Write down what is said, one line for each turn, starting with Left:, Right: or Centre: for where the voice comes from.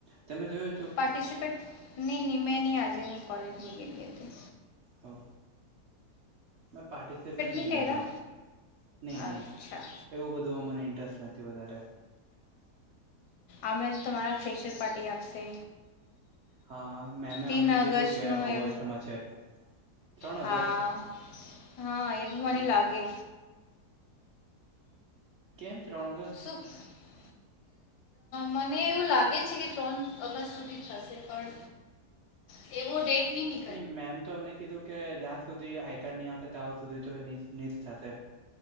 Right: તમે જોયો
Left: પાર્ટિસિપેટ ની નિમેનિયા આજે ની કોલેજની ગેગેલી હતી
Right: હઓ. મે પાર્ટિસિપેટ ની
Left: નહીં કર્યા
Right: કરેલો નઈ
Left: અચ્છા
Right: નઈ. એવું બધુંમાં મને ઇન્ટરેસ્ટ નથી વધારે.
Left: અને તમારા ફેશિયર પાર્ટી આપશે.
Right: હા મેમે
Left: તીન
Right: અમને
Left: ઓગસ્ટનો
Right: કીધું કે ઓગસ્ટમાં
Left: એ
Right: છે. ત્રણ
Left: હા
Right: ઓગસ્ટ
Left: હા એવું મને
Right: ઓ
Left: લાગે.
Right: કેમ ત્રણ ઓગસ્ટ.?
Left: ઠ મને એવું લાગે છે, કે ત્રણ ઓગસ્ટ સુધી થશે પણ એવો ડેટ નની
Right: નહીં મેમ તો અમને કીધું કે, જ્યાં સુધી આઈકાર્ડ નહીં આવશે ત્યાં સુધી તો ની થાશે.